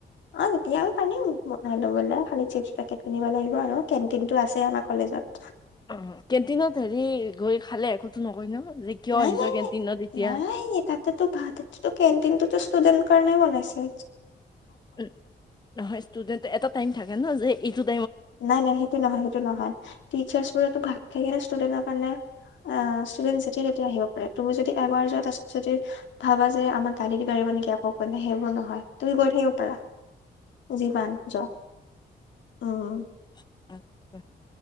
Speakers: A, on the left; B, on the left.
A: অ হিতিয়া পাৰিম। বনাই লবলে খাল চিপছ পেকেট কিনিব লাগিব আৰু কেণ্টিন টো আছে আমাৰ কলেজত।
B: অ কেণ্টিনত হেৰি গৈ খালে একোতো নকয় ন। যে কিয়
A: নাই
B: আহিছ
A: -নাই
B: কেণ্টিনত এতিয়া
A: -নাই তাততেতো ভাত কেনটিনটো ষ্টুডেট। কাৰণে বনাইছিল।
B: উ নহয় ষ্টুডেট এটা টাইম থাকে। থাকে নহ যে এইটোত।
A: নাই- নাই সেইটো নহয় সেইটো নহয় টিচাৰ্চ বোৰে ভাত খাই। ষ্টুডেনৰ কাৰণে। অ সুৰেন চেতিয়া কেতিয়া আহিব? তুমি যদি এবাৰ যোৱা তাৰ পিছত যদি ভাবা যে আমাৰ গালি পাৰিব নেকি আকৌ গলে সেইবোৰ নহয় তুমি গৈ থাকিব পাৰা। যিমান যোৱা উম
B: <unintelligible>